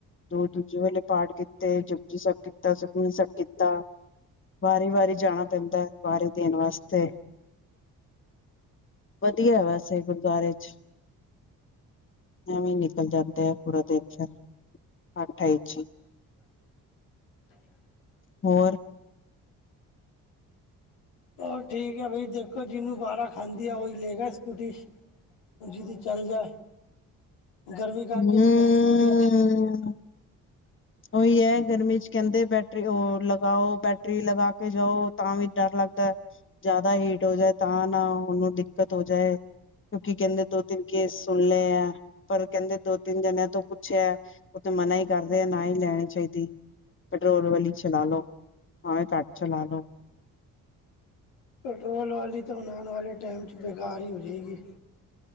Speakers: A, on the left; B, on the left.
A: ਦੋ ਦੂਜੇ ਆਲੇ ਪਾਠ ਕੀਤੇ ਜਪੁਜੀ ਸਾਹਿਬ, ਕੀਤਾ ਸੁਖਮਨੀਸਾਹਿਬ, ਸਭ ਕੀਤਾ। ਵਾਰੀ- ਵਾਰੀ ਜਾਣਾ ਪੈਂਦਾ ਹੈ, ਵਾਰੀ ਦੇਣ ਵਾਸਤੇ ਵਧੀਆ, ਵੈਸੇ ਗੁਰਦੁਆਰੇ ਚ ਐਵੇਂ ਨਿਕਲ ਜਾਂਦੇ ਆ, ਪੂਰਾ ਦਿਨ ਫਿਰ ਅੱਠਾਈ ਚ
B: ਹ <inaudible>
A: ਹੋਰ
B: ਉਹ ਠੀਕ ਆ, ਬ ਦੇਖੋ ਜਿਹਨੂੰ ਵਾਰਾ ਖਾਂਦੀ ਆ, ਉਹੀ ਲਏਗਾ ਸਕੂਟੀ ਜਿਦੀ ਚੱਲ ਜਾਏ, ਗਰਮੀ
A: ਹਮ
B: ਕਰਕੇ ਵੀ ਕਈ, ਸਕੂਟੀਆਂ ਚ
A: <unintelligible> <unintelligible> ਉਹੀ ਹੈ, ਗਰਮੀ ਚ ਕਹਿੰਦੇ, ਬੈਟਰੀ ਹੋਰ ਲਗਾਓ, ਬੈਟਰੀ ਲਗਾ ਕੇ ਜਾਓ। ਤਾਂ ਵੀ ਡਰ ਲੱਗਦਾ, ਜ਼ਿਆਦਾ ਲੇਟ ਹੋ ਜਾਏ ਤਾਂ, ਉਹਨੂੰ ਦਿੱਕਤ ਹੋ ਜਾਏ। ਕਿਉਂਕਿ ਕਹਿੰਦੇ, ਦੋ ਤਿੰਨ ਕੇਸ ਸੁਣਲੇ ਆ। ਪਰ ਕਹਿੰਦੇ, ਦੋ ਤਿੰਨ ਜਣਿਆਂ ਤੋਂ ਪੁੱਛਿਆ? ਉਹ ਤੇ ਮਨਾ ਹੀ ਕਰਦੇ ਆ ਨਾ ਹੀ, ਲੈਣੀ ਚਾਹੀਦੀ। ਪੈਟਰੋਲ ਵਾਲੀ, ਚਲਾ ਲੋ ਭਾਵੇਂ ਵੇ ਘੱਟ ਚਲਾ ਲੋ।
B: ਪੈਟਰੋਲ ਵਾਲੀ ਤਾਂ ਆਉਣ ਵਾਲੇ ਟਾਈਮ ਚ, ਬੇਕਾਰ ਹੀ ਹੋ ਜਾਵੇਗੀ।